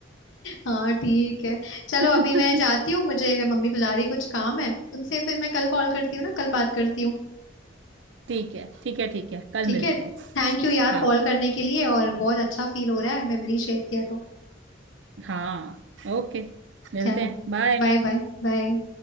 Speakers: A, on the left; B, on the right.
A: हाँ ठीक है चलो
B: <laughs>
A: अभी मैं जाती हूँ मुझे मम्मी बुला रही कुछ काम है तुमसे फिर मैं कल कॉल करती हूँ ना कल बात करती हूँ
B: ठीक है ठीक है ठीक है कल
A: ठीक
B: मिलते
A: है
B: हैं
A: थैंक यू यार
B: हाँ
A: कॉल करने के लिए और बहुत अच्छा फील हो रहा है मेमोरी शेयर किया तो
B: हाँ ओके मिलते
A: चलो
B: हैं बाय
A: बाय बाय बाय